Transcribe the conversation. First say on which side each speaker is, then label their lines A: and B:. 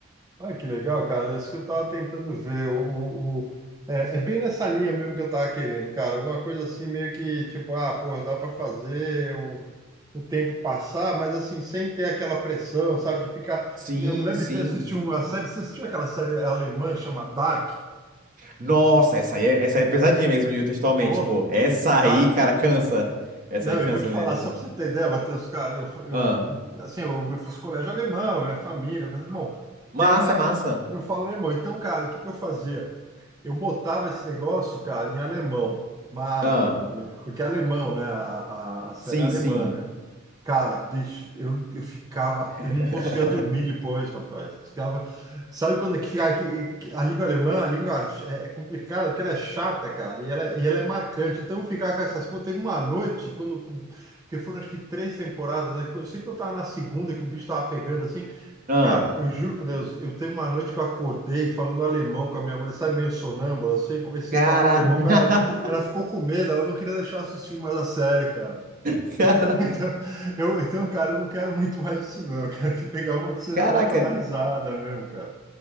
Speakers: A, on the right (about 15°); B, on the right (about 40°).
A: Olha que legal, cara. É Isso que eu estava tentando ver. O, o- o- é, é bem nessa linha mesmo que eu estava querendo, cara. Alguma coisa assim, meio que tipo, ah, pô, dá para fazer um, o tempo passar, mas assim, sem ter aquela pressão, sabe? De ficar.
B: Sim,
A: Minha mulher
B: sim.
A: me fez assistir uma série. Você assistiu aquela série alemã chama Dark?
B: Nossa, essa aí é, essa aí é pesadinha mesmo, e textualmente,
A: Porra,
B: pô. Essa
A: cara,
B: aí, cara, cansa. Essa
A: Não,
B: aí cansa
A: eu vou te falar,
B: mesmo.
A: só para você ter ideia, Matheus, cara, eu, eu,
B: Ah,
A: assim, eu, eu fiz colégio alemão, minha família, mas, bom,
B: massa,
A: tem lá que
B: massa.
A: eu falo alemão. Então, cara, o que que eu fazia? Eu botava esse negócio, cara, em alemão, malandro,
B: Ah,
A: porque é alemão, né, a, a, a série
B: sim,
A: é alemã,
B: sim.
A: né? Cara, bicho, eu, eu ficava,
B: <laughs>
A: eu não conseguia dormir depois, rapaz. Ficava Sabe quando é que fica aqui, que a língua alemã, a língua é é complicada, porque ela é chata, cara, e ela, é- e ela é marcante. Então, ficar com essas. Pô, teve uma noite, quando. Porque foram acho que três temporadas, né? Eu sei que eu tava na segunda, que o bicho tava pegando assim.
B: Ah,
A: Cara, eu juro por Deus, eu teve uma noite que eu acordei falando alemão com a minha mulher, sabe, meio sonâmbula, assim, comecei
B: caraca.
A: a falar alemão.
B: <laughs>
A: Quando ela, ela ficou com medo, ela não queria deixar eu assistir mais a série, cara. <laughs>
B: Cara-
A: Então, eu, então, cara, eu não quero muito mais isso, não. Eu quero que pegar uma que seja
B: Caraca.
A: mais para dar risada mesmo, cara.